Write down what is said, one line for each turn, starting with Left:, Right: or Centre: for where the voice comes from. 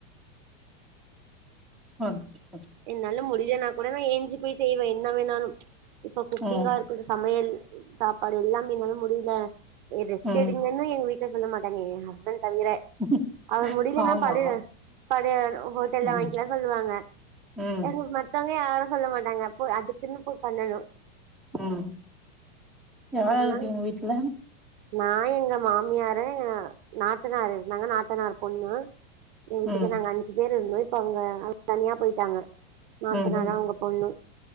Centre: <unintelligible>
Right: என்னாலு முடியலானா கூட நா ஏஞ்சி போய் செய்வே என்ன வேணாலு இப்ப குக்கிங்கா
Centre: ம்
Right: இரு அந்த சமையல் சாப்பாடு எல்லாமே என்னால முடில ஏ ரெஸ்எடுங்கன்னு
Centre: ம்
Right: எங்க வீட்ல சொல்ல மாட்டாங்க என் ஹஸ்பண்ட் தவிர
Centre: ம்
Right: அவர் முடியிலனா
Centre: ஆமா
Right: படு படு ஹோட்ல்ல
Centre: ம்
Right: வாங்கிக்கலா சொல்லுவாங்க
Centre: ம்
Right: அங்க மத்தவங்க யாரு சொல்ல மாட்டாங்க போ அதுக்குன்னு போய் பண்ணணு
Centre: ம் யாருயார்
Right: அதெல்லா
Centre: இருக்கீங்க வீட்ல
Right: நா எங்க மாமியாரு நாத்தனாரு இருந்தாங்க நாத்தனார் பொண்ணு என் வீட்டுக்கு
Centre: ம்
Right: நாங்க அஞ்சு பேர் இருந்தோம் இப்ப அங்க தனியா போயிட்டாங்க நாத்தனாரு
Centre: ம் ம்
Right: அவங்க பொண்ணு